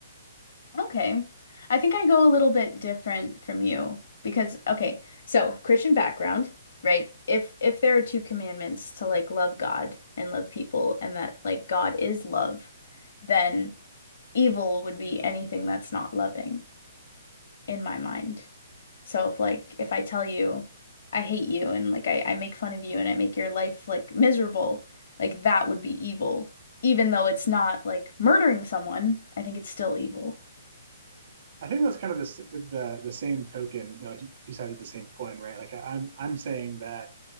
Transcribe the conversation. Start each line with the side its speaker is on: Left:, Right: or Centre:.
Left: Okay. I think I go a little bit different from you because okay, so Christian background, right? If if there are two commandments to like love God and love people and that like God is love, then evil would be anything that's not loving. in my mind. So if like if I tell you I hate you and like I, I make fun of you and I make your life like miserable, like that would be evil. Even though it's not like murdering someone, I think it's still evil.
Right: I think that's kind of the the, the same token, you know, like you cited the same coin, right? Like I'm I'm saying that